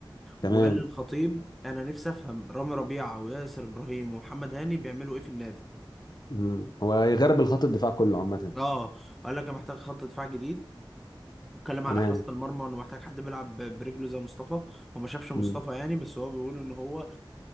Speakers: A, on the left (about 50°); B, in the centre.
A: تمام
B: وقال للخطيب أنا نفسي أفهم رامي ربيعة وياسر إبراهيم ومحمد هاني بيعملوا إيه في النادي
A: مم. هو هيغرب الخط الدفاع كله عامه
B: اه قال لك انا محتاج خط دفاع جديد واتكلم
A: تمام
B: على حراسة المرمى انه محتاج حد بيلعب ب- برجله زي مصطفى هو ما شافش مصطفى
A: مم.
B: يعني بس هو بيقول ان هو